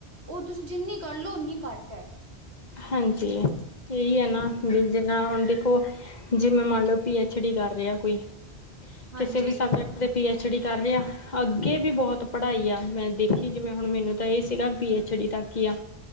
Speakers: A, on the right (about 75°); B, on the left (about 45°).
A: ਉਹ ਤੁਸੀਂ ਜਿੰਨੀ ਕਰ ਲਓ ਉਨੀ ਘੱਟ ਐ।
B: ਹਾਂਜੀ, ਇਹੀ ਏ ਨਾ ਵੀ ਜਿਨ੍ਹਾਂ ਹੁਣ ਦੇਖੋ ਜਿਵੇਂ ਮੰਨ ਲੋ ਪੀ ਐਚ ਡੀ ਕਰ ਰਿਹਾ ਕੋਈ,
A: ਹਾਂਜੀ
B: ਕਿਸੇ ਵੀ ਸਬਜੈਕਟ ਤੇ ਪੀ ਐੱਚ ਡੀ ਕਰ ਰਿਆ ਅੱਗੇ ਵੀ ਬਹੁਤ ਪੜ੍ਹਾਈ ਆ, ਮੈਂ ਦੇਖੀ ਜਿਵੇਂ ਹੁਣ ਮੈਨੂੰ ਤਾਂ ਇਹ ਸੀਗਾ ਬੀ ਐਚ ਡੀ ਤੱਕ ਹੀ ਆ